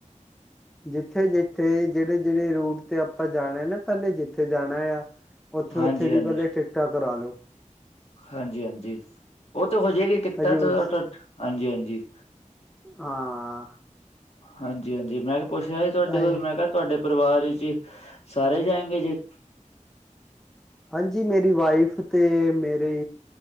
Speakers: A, in the centre; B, on the left.
A: ਜਿੱਥੇ-ਜਿੱਥੇ, ਜਿਹੜੇ-ਜਿਹੜੇ ਰੂਟ ਤੇ ਆਪਾਂ ਜਾਣਾ ਨਾ ਪਹਿਲੇ ਜਿੱਥੇ ਜਾਣਾ ਆਂ ਉੱਥੇ-ਉੱਥੇ,
B: ਹਾਂਜੀ-ਹਾਂਜੀ,
A: ਦੀ ਪਹਿਲੇ ਟਿੱਕਟਾਂ ਕਰਾਲੋ।
B: ਹਾਂਜੀ-ਹਾਂਜੀ, ਉਹ ਤਾਂ ਹੋ ਜਾਏਗੀ ਟਿਕਟਾਂ
A: ਹਜ਼ੂਰ
B: ਤ ਥ ਹਾਂਜੀ-ਹਾਂਜੀ।
A: ਹਾਂ
B: ਹਾਂਜੀ-ਹਾਂਜੀ, ਮੈਂ ਤੇ ਪੁੱਛ ਰਿਹਾ ਸੀ ਤੁਹਾਡੇ
A: ਆਏ
B: ਕੋਲ ਮੈਂ ਕਿਹਾ ਤੁਹਾਡੇ ਪਰਿਵਾਰ 'ਚ, ਸਾਰੇ ਜਾਏਗੇ ਜੇ
A: ਹਾਂਜੀ, ਮੇਰੀ ਵਾਈਫ, ਤੇ ਮੇਰੇ